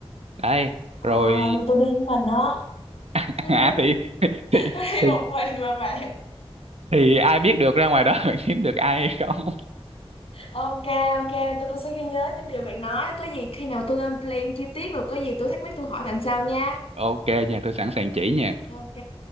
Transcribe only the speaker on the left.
À,
mà tôi đi với mình đó.
<laughs> Tôi
đi
một mình mà bạn.
Ừ.
Ok, ok, tôi sẽ ghi nhớ những điều bạn nói. Có gì khi nào tôi lên plan chi tiết rồi có gì tôi thắc mắc tôi hỏi bạn sau nha.
Ok,